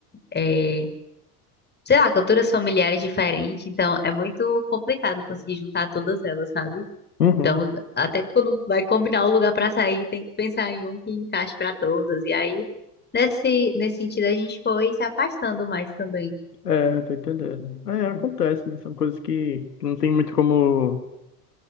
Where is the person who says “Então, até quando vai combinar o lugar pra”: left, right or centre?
Left